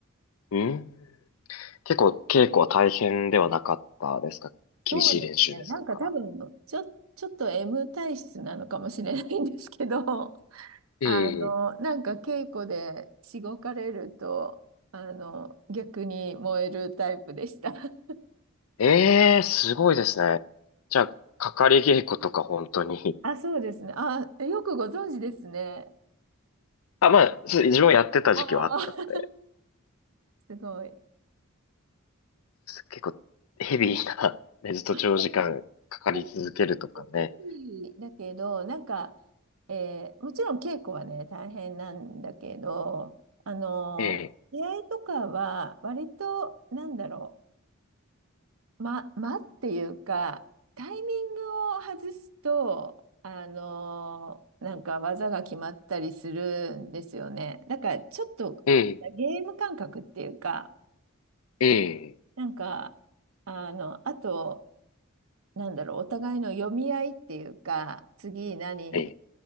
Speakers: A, on the left; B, on the right.
A: うん。結構稽古は大変ではなかったですか厳しい練習ですとか。
B: そうですね。なんか多分、ちょ、ちょっと M 体質なのかもしれないんですけど、<laughs>
A: ええ
B: あの、なんか稽古でしごかれると、あの、逆に燃えるタイプでした。<laughs>
A: ええ、すごいですね。じゃあ、かかり稽古とか本当に。<laughs>
B: あ、そうですね。あ、よくご存知ですね。
A: あ、まあ、そう自分もやってた時期はあったので、
B: ああ、すごい。
A: 結構ヘビーな、ね、ずっと長時間かかり続けるとかね。
B: なんかそうですねだけど、なんか、えーもちろん稽古はね、大変なんだけど、あの、
A: ええ、
B: 出会いとかは、割と、なんだろう。ま、間っていうか、タイミングを外すと、あのーなんか技が決まったりするんですよね。だからちょっとゲーム感覚っていうか、
A: ええ、ええ、
B: なんか、あの、あと、なんだろう、お互いの読み合いっていうか、次何
A: ええ、